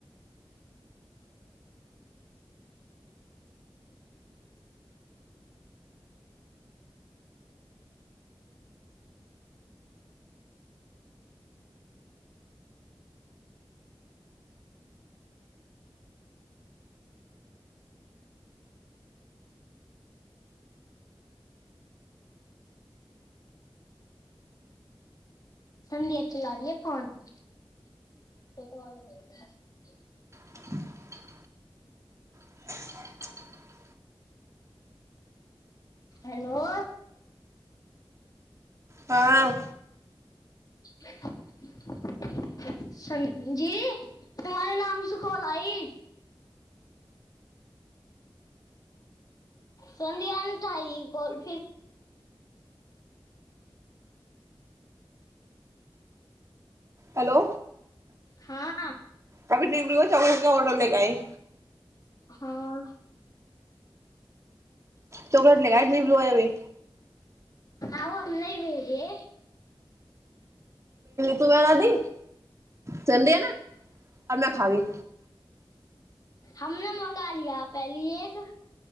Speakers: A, on the left; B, on the right.
A: संध्या चला रहि है फोन <unintelligible>
B: <inaudible> ह <inaudible>
A: हेलो
B: हाँ
A: <inaudible> सं जी तुम्हारे नाम से कॉल आई संध्या ने उठाइ कॉल फिर
B: हेलो
A: हँ
B: कभी दिबरुओ चावल के ऑडर लेके आई
A: हँ
B: चॉकलेट लेगा ए दिबरु ए अभी
A: आओर नै भेजे
B: चुड़ा न दी चंडी आ ना अब ना खाबी
A: हमने मंगा लिया पहली एक